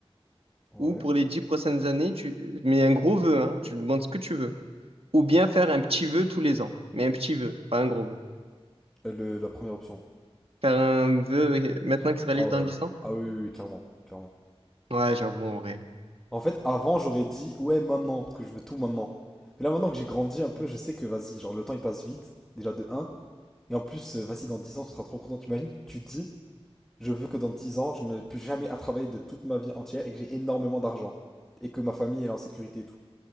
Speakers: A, in the centre; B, on the right (about 65°).
A: Ouais.
B: ou pour les 10 prochaines années, tu mais un gros vœu, hein, tu demandes ce que tu veux. Ou bien faire un petit vœu tous les ans. Mais un petit vœu, pas un gros vœu.
A: Euh, le- la première option.
B: Faire un vœu euh, maintenant qui se réalise
A: Ah ouais.
B: dans 10
A: ouais.
B: ans?
A: Ah oui, oui, oui, clairement. Clairement.
B: Ouais, j'avoue, en vrai.
A: En fait, avant, j'aurais dit, ouais, maintenant, parce que je veux tout maintenant. Mais là, maintenant que j'ai grandi un peu, je sais que, vas-y, genre, le temps, il passe vite, déjà de un. Et en plus, euh, vas-y, dans 10 ans, tu seras trop content. T'imagines, tu te dis, je veux que dans 10 ans, je n'ai plus jamais à travailler de toute ma vie entière et que j'ai énormément d'argent. Et que ma famille elle est en sécurité et tout.